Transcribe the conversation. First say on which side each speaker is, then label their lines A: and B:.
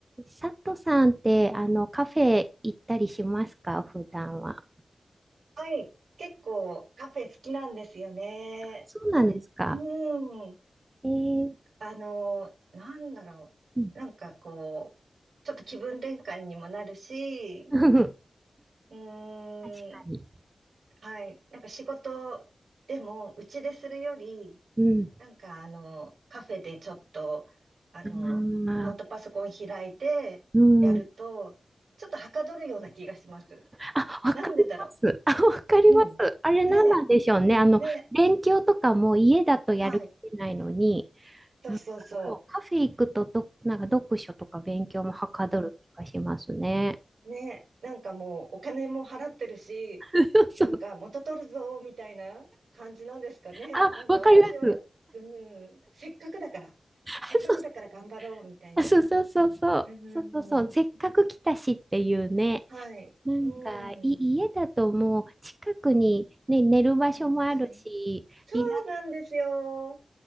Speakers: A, on the right (about 20°); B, on the right (about 90°).
A: 佐藤さんって、あの、カフェ行ったりしますか普段は。
B: はい。結構カフェ好きなんですよね。
A: そうなんですか。
B: なん、うん。
A: えー、
B: あの、なんだろう。
A: うん。
B: なんかこう、ちょっと気分転換にもなるし、
A: <laughs> 確
B: うん。
A: かに。
B: はい。なんか仕事でも、うちでするより、
A: う
B: なんかあの、カフェでちょっと、あの、
A: ん。ああ、
B: ノートパソコン開いてやると、
A: うん。
B: ちょっとはかどるような気がします。
A: あ、わかります。
B: なんでだろ
A: <laughs> あ、わかります。
B: う。うん。
A: あれ何なんでしょうね。
B: ね
A: あの、
B: え。ねえ。
A: 勉強とかも家だとやる気ないのに、
B: はい。そうそうそう。
A: なんかこうカフェ行くとど、なんか読書とか勉強もはかどる気がしますね。
B: うんね、なんかもうお金も払ってるし、
A: <laughs> そう。
B: なんか元取るぞみたいな感じなんですかね。
A: あ、
B: なんか私は、
A: わかります。
B: うん、せっかくだから、
A: あ、
B: せっかくだから頑張ろうみたいな。
A: そうあ、そうそうそうそう。
B: うん、
A: そうそうそう。せっかく来たしっていうね。
B: はい。
A: なんか、
B: う
A: い、
B: ん、
A: 家だともう近くにね、寝る場所もあるし、
B: はい。そうなんですよ。
A: リラ、